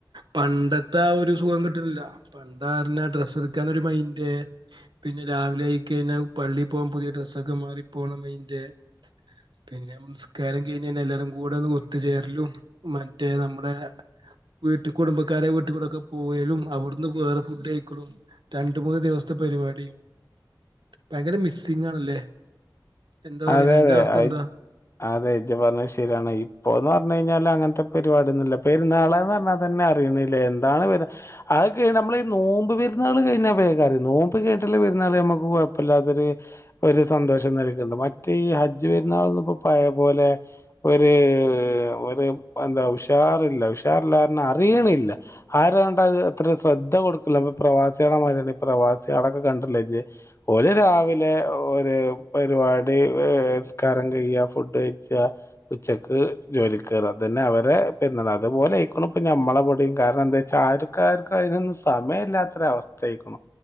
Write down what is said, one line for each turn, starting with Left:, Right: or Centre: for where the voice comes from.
Right: പണ്ടത്തെ ആ ഒരു സുഖം കിട്ട്ന്നില്ല പണ്ടറഞ്ഞ ഡ്രസ്സ് എടുക്കനോരു മൈന്റ് പിന്നെ രാവിലെ ആയി കഴിഞ്ഞാൽ പള്ളി പോകാൻ പുതിയ ഡ്രസ്സൊക്കെ മാറി പോകണതിന്റെ പിന്നെ നിസ്കാരം കഴിഞ്ഞ എല്ലാരും കൂടെ ഒന്ന് ഒത്തുചേർലും മറ്റേ നമ്മുടെ വീട്ട കുടുംബക്കാരെ വീട്ടിൽ കൂടെക്കെ പോവലും അവിടുന്ന് വേറെ ഫുഡ് കയിക്കലും രണ്ട്മൂന്ന് ദിവസത്തെ പരിപാടി ഭയങ്കര മിസ്സിംങ്ങാണല്ലേ എന്താ പറണെ
Left: അതെ
Right: അന്റെ
Left: അതെ
Right: അവസ്ഥ
Left: അത്
Right: എന്താ
Left: അതെ ഇജ്ജ് പറഞ്ഞത് ശരിയാണ് ഇപ്പോന്ന് പറഞ്ഞു കഴിഞ്ഞാൽ അങ്ങനത്തെ പരിപാടിന്നുല്ല പെരുന്നാളാന്ന് പറഞ്ഞ തന്നെ അറിയുന്നില്ലേ എന്താണ് അതൊക്കെ നമ്മള ഈ നോമ്പ് പെരുന്നാള് കഴിഞ്ഞ വേഗം അറിയും നോമ്പ് കഴിട്ടുള്ള പെരുന്നാൾ നമ്മുക്ക് കുഴപ്പമില്ലാത്തൊരു ഒരു സന്തോഷം നൽക്കുന്നുണ്ട് മറ്റേ ഈ ഹജ്ജ് പെരുന്നാൾന ഇപ്പോ പഴ പോലെ ഒരു ഒരു എന്താ ഉഷാറില്ല ഉഷാറില്ലാപറഞ്ഞാഅറിയണില്ല ആരും അങ്ങണ്ടത് അത്ര ശ്രദ്ധ കൊടുക്കല അപ്പൊ പ്രവാസിമാരാണ് ഈ പ്രവാസികളൊക്കെ കണ്ടില്ലേജ് ഒരു രാവിലെ ഒരു പരിപാടി നിസ്കാരം കഴ്യ ഫുഡ് കഴിക്ക ഉച്ചക്ക് ജോലി കയറ അതന്നെ അവരെ പിന്നെ അതുപോലെ ആയിരിക്കണ് നമ്മളെ ഇബടെയും കാരണം എന്താ വെച്ചാ ആരും ആക്കാർക്ക് അതിനൊന്നും സമയമല്ലാത്തൊര അവസ്ഥക്കണ്